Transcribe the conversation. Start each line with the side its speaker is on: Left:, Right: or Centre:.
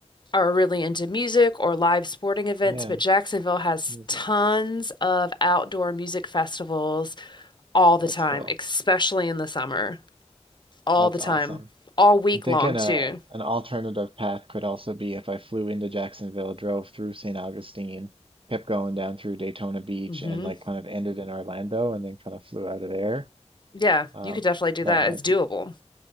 Left: are really into music or live sporting events,
Right: Yeah,
Left: but Jacksonville has
Right: music.
Left: tons of outdoor music festivals all
Right: That's
Left: the time,
Right: cool.
Left: especially in the summer, all
Right: That's
Left: the
Right: awesome.
Left: time, all week
Right: I'm thinking
Left: long too.
Right: a an alternative path could also be if I flew into Jacksonville, drove through St. Augustine, kept going down through Daytona Beach,
Left: hmm
Right: and like kind of ended in Orlando, and then kind of flew out of there.
Left: Yeah,
Right: Um,
Left: you could definitely do
Right: that
Left: that.
Right: might
Left: It's doable.
Right: be